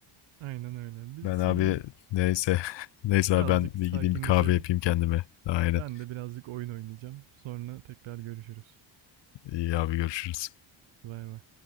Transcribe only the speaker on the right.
Aynen öyle. Biz
şimdi
birazcık
sakinleşelim.
Ben de birazcık oyun oynayacağım. Sonra tekrar görüşürüz.
Bay bay.